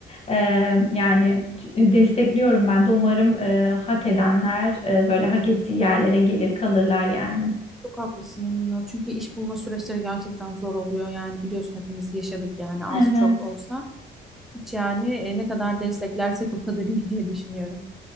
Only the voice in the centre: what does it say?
çok haklısın emin ol. Çünkü iş bulma süreçleri gerçekten zor oluyor. Yani biliyorsun hepimiz yaşadık yani az
çok olsa. Hiç yani e, ne kadar desteklersek o kadar iyi diye düşünüyorum.